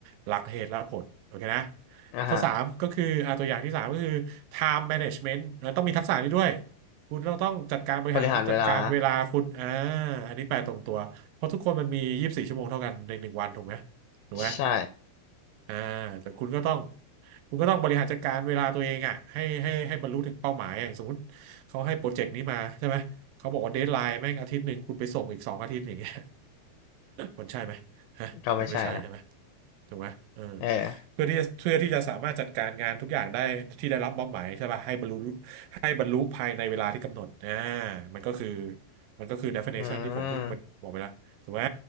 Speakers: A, on the right (about 80°); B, on the left (about 80°).
A: หลักเหตุและผลโอเคนะ
B: อ่าฮะ
A: ข้อ3ก็คืออ่าตัวอย่างที่3ก็คือ time management นะต้องมีทักษะนี้ด้วย คุณต้องต้องจัดการบริหารจัดการเวลาคุณอ่า
B: บริหารเวลา
A: อันนี้แปลตรงตัว เพราะทุกคนมันมียี่สิบสี่ชั่วโมงเท่ากันในหนึ่งวันถูกไหม ถูกไหม
B: ใช่
A: อ่าแต่คุณก็ต้องคุณก็ต้องบริหารจัดการเวลาตัวเองอ่ะให้ให้ให้บรรลุถึงเป้าหมายอะสมมติเขาให้โปรเจกต์นี้มาใช่ไหมเขาบอกว่าเดดไลน์แม่งอาทิตย์หนึ่งคุณไปส่งอีกสองอาทิตย์อย่างเงี้ย มันใช่ไหมฮะมันไม่ใช่ใช่ไหม
B: ก็ไม่ใช่ละ
A: ถูกไหมเออ
B: เออ
A: เพื่อที่จะเพื่อที่จะสามารถจัดการงานทุกอย่างได้ที่ได้รับมอบหมายใช่ป่ะให้บรรลุให้บรรลุภายในเวลาที่กำหนดอ่ามันก็คือมันก็คือ definition
B: อืม
A: ที่ผมเพิ่งบอกไปแล้วถูกไหม